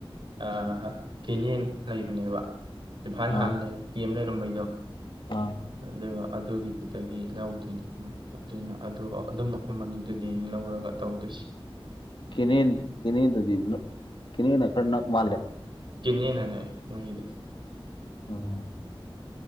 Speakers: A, on the right; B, on the left.
A: ꯑꯥ ꯀꯦꯅꯦꯟ ꯂꯩꯕꯅꯦꯕ ꯏꯝꯐꯥꯜ
B: ꯑꯥ
A: ꯍꯥꯟꯅ ꯀꯤꯌꯦꯝ ꯂꯩꯔꯝꯕꯩꯗꯣ꯫
B: ꯑꯥ
A: ꯑꯗꯨꯒ ꯑꯗꯨꯒꯤꯗꯨꯗꯒꯤ ꯂꯧꯗꯣꯏꯅꯤ ꯃꯣꯏ꯫ ꯑꯗꯨꯅ ꯑꯗꯨ ꯑꯗꯨ ꯃꯐꯝ ꯑꯅꯤꯗꯨꯗꯤ ꯂꯧꯔꯒ ꯇꯧꯗꯣꯏꯁꯤ꯫
B: ꯀꯦꯅꯦꯟ ꯀꯦꯅꯦꯟ ꯗꯗꯤ ꯀꯦꯅꯦꯟꯅ ꯈꯔꯥ ꯅꯛ ꯃꯥꯜꯂꯦ꯫
A: ꯀꯦꯅꯦꯜꯅꯅꯦ꯫ <unintelligible>
B: ꯑꯣ꯫